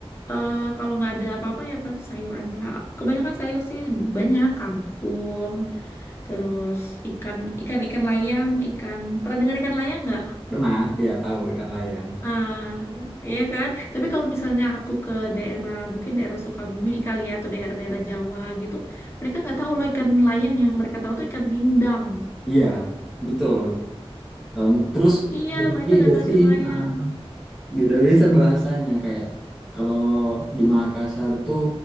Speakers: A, on the left; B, in the centre.
A: eh, kalau nggak ada apa-apa ya paling sayur aja kebanyakan sayur sih banyak kangkung terus ikan ikan ikan layang ikan pernah dengar ikan layang nggak
B: pernah ya tahu ikan layang.
A: ah ya kan tapi kalau misalnya aku ke daerah mungkin daerah Sukabumi kali ya atau daerah-daerah Jawa gitu mereka nggak tahu loh ikan layang yang mereka tahu tuh ikan bindang
B: Iya, betul. Tahunya. Terus
A: Iya,
B: beda-beda
A: mereka nggak tahu
B: sih.
A: ikan layang.
B: Heeh. Beda biasa bahasanya kayak kalau di Makassar tuh